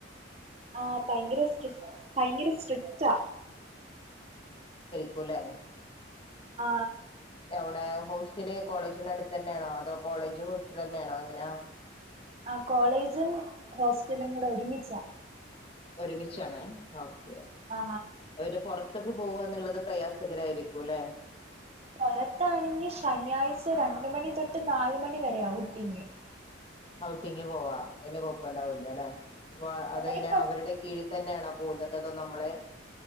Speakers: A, on the right (about 30°); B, on the left (about 30°).
A: ആഹഭയങ്കര സ്ട്ര ഭയങ്കര സ്ട്രിക്റ്റാ
B: കുലെ
A: ആ
B: യൗടെ ഹോസ്റ്റല് കോളേജിന്റെ അടുത്ത് തന്നെയാണോ അതോ കോളേജ് ഹോസ്റ്റൽ തന്നെയാണോ എങ്ങനെയാ
A: ആ കോളേജും ഹോസ്റ്റലും കൂടെ ഒരുമിച്ചാ
B: ഒരുമിച്ചാണ് ഓക്കെ
A: ആ
B: അയിന്റെ പുറത്തൊക്കെ പോവ എന്നുള്ളത് പ്രയാസകരായിരിക്കും ല്ലെ
A: പുറത്താണെങ്കി ശനിയാഴ്ച രണ്ട് മണി തൊട്ട് നാല് മണി വരെ ഔട്ടിങ്
B: ഔട്ടിംഗങ് പോവാ അന് കൊയപ്പണ്ടാവൂല്ല ല്ലെ അതെങ്ങനെ
A: വളരെ
B: അവരുടെ കീഴിൽ തന്നെയാണൊ അത നമ്മളെ